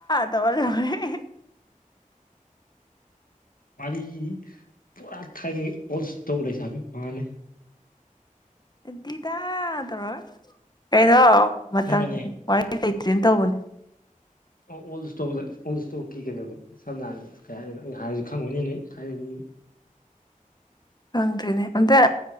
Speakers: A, on the left; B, on the left.
A: ꯇꯧꯔ ꯂꯩꯍꯧꯔꯦ
B: ꯋꯥꯔꯤꯗꯤ ꯄꯨꯔꯥ ꯊꯥꯏꯅꯒꯤ ꯑꯣꯜꯁꯇꯣꯛ ꯂꯩꯁꯥꯕꯤ ꯃꯥꯜꯂꯦ
A: ꯗꯤꯗꯥ ꯇꯧꯔꯒ ꯀꯩꯅꯣ ꯃꯇꯝ
B: ꯑꯁꯦꯡꯕꯩꯅꯦ
A: ꯋꯥꯔꯤ ꯂꯩꯇ꯭ꯔꯦꯅ ꯇꯧꯕꯅꯦ
B: ꯑ ꯑꯣꯜ ꯏꯁꯇꯣꯛ ꯑꯣꯜ ꯏꯁꯇꯣꯛꯀꯤ ꯀꯩꯅꯣꯗꯣ ꯁꯝꯅ ꯍꯥꯏꯔꯕꯗ ꯀꯩ ꯍꯥꯏꯗꯨꯏꯅꯣ ꯑꯩ ꯍꯥꯏꯔꯁꯨ ꯈꯪꯉꯣꯏꯅꯦ ꯅꯣꯏ ꯊꯥꯏꯅꯩ ꯃꯤ
A: ꯈꯪꯗ꯭ꯔꯦꯅꯦ ꯑꯝꯇ